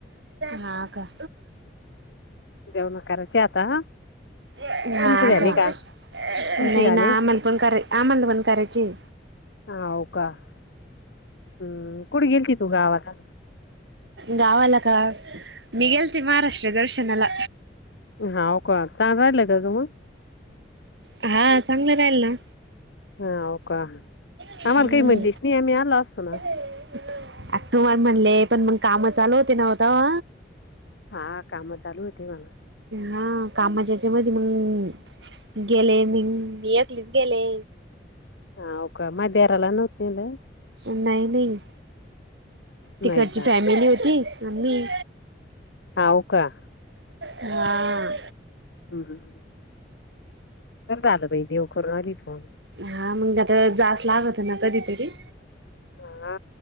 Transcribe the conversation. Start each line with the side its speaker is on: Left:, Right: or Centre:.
Right: हा का
Left: जेवणं करायची आता
Right: हा
Left: तुमचं झाले
Right: का नाही
Left: तुमचे झाले
Right: ना म पण कराय आ म्हणला पण करायचे
Left: ह होव का हम्म कुठे गेलती तू गावाला.
Right: गावाला का मी गेलती महाराष्ट्र दर्शनाला
Left: हौ का <inaudible>
Right: हा चांगलं राहील ना.
Left: हाव का आम्हाला
Right: हम्म
Left: काही म्हणतीस नाही आम्ही आलो असतो ना.
Right: आ तूम्हाला म्हणले पण मग काम चालू होते नव्ह तवा.
Left: हा काम चालू होती म्हणा.
Right: हा कामाच्या यांच्या मधी मग गेले मी, मी एकलीच गेले.
Left: हाव का मा देराला नव्हत नेल?
Right: नाही, नाही. तिकडची
Left: नाही का
Right: फॅमिली होती आणि मी.
Left: हाव का
Right: हा.
Left: हम्म, हम्म. बर झालं बाई देव करू राहिली तू.
Right: हा मग आता जास लागत ना कधीतरी.
Left: हा